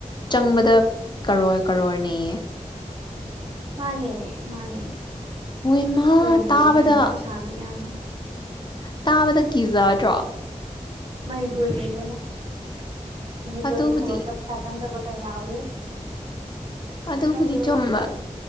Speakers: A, on the left; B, on the right.
A: ꯆꯪꯕꯗ ꯀꯔꯣꯔ ꯀꯔꯣꯔ ꯅꯌꯦ
B: ꯃꯥꯅꯦꯃꯦ ꯃꯥꯅꯦ
A: ꯍꯣꯏ ꯏꯃ
B: ꯑꯣꯏꯔꯝꯗ꯭ꯔꯗꯤ
A: ꯇꯥꯕꯗ
B: ꯀꯩꯅꯣ ꯄꯩꯁꯥꯗꯨꯛ ꯌꯥꯝꯅ
A: ꯇꯥꯕꯗ ꯀꯤꯖꯗ꯭ꯔꯣ
B: ꯃꯅꯤ ꯄꯨꯜꯒꯤꯅꯤꯕꯣ <unintelligible> ꯃꯅꯤꯄꯨꯔꯒꯤ
A: ꯑꯗꯨꯕꯨꯗꯤ
B: ꯊꯕꯛꯇ ꯄꯩꯁꯥ ꯆꯪꯗꯕ ꯀꯩꯌꯥ ꯋꯤ
A: ꯑꯗꯨꯕꯨꯗꯤ
B: ꯍꯂꯣ
A: ꯆꯨꯝꯕ
B: ꯑ